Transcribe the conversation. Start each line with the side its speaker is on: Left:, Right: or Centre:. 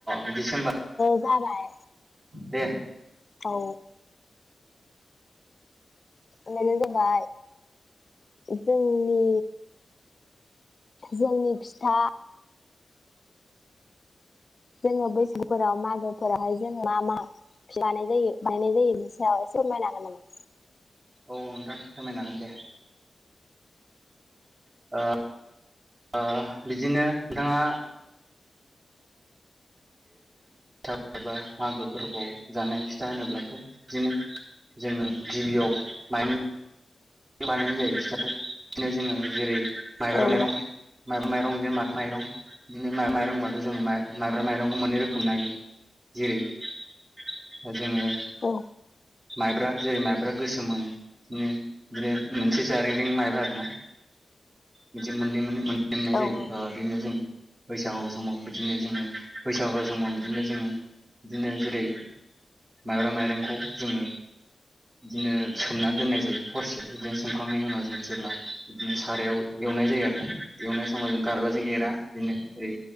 Right: बिदिसो होमबा
Left: <inaudible> जाबाय।
Right: दे
Left: औ। बेनो जाबाय जोंनि। जोंनि फिथा जोङो बैसागफोराव मागोफोरावहाय जों मा मा लानाय जायो बानायनाय जायो बिनि सायाव एसे फोरमायनो होगोन नामा?
Right: औ नोंथां फोरमायनो हागोन दे ओ ओ बिदिनो नोंथाङा। थाहामिनबा मागो फोरबोआव जानाय फिथा होनोब्लाथ' बिदिनो जोङो गिबियाव माइरं। लानायनाय जायो फिथाखौ बिदिनो जोङो जेरै माइब्रा
Left: औ
Right: माइरं माइब्रा दंजे माथा माइरं बिदिनो माइरंबाथ' जों माइब्रा माइरंखौ मोननै रोखोमै मोनो हाथों, जेरै- जोङो माइ
Left: औ
Right: माइब्रा जेरै माइब्रा गोसोम मोनो बिदिनो। बिदिनो मोनसे जारेंरें माइब्रा आरोना बिदि मोननै मोनो। मोनो मोननाय
Left: औ
Right: जायो बिदिनो जों बैसागु समाव बिदिनो जोङो बैसागु समाव बिदिनो जोङो बिदिनो जेरै माइब्रा माइरंखौ जोङो बिदिनो सोमनानै दोननाय जायो। हरसेफोर जों सोमखांनायनि उनाव जों जेब्ला बिदिनो सारायाव एवनाय जायो आरोना एवनाय समाव जों गारबाजों एरा बिदिनो जेरै